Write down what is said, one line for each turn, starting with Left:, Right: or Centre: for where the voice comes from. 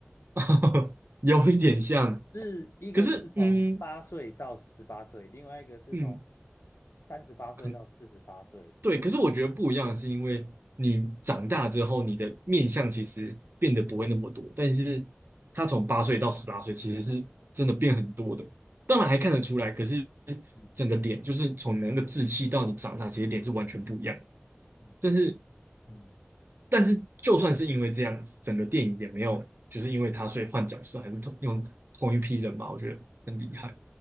Right: <laughs> 有一点像，
Left: 是一个是从八岁到十八岁，
Right: 可是嗯
Left: 另外一个是从
Right: 嗯。
Left: 三十八岁到四十八岁。
Right: 可。对，可是我觉得不一样，是因为你长大之后，你的面相其实变得不会那么多，但是他从八岁到十八岁，其实是真的变很多的。当然还看得出来，可是
Left: 嗯
Right: 整个脸就是从你的那个稚气到你长大，其实脸是完全不一样的。
Left: 嗯，
Right: 但是，
Left: 嗯
Right: 但是就算是因为这样子，整个电影也没有就是因为他所以换角色，还是同用同一批人嘛，我觉得很厉害。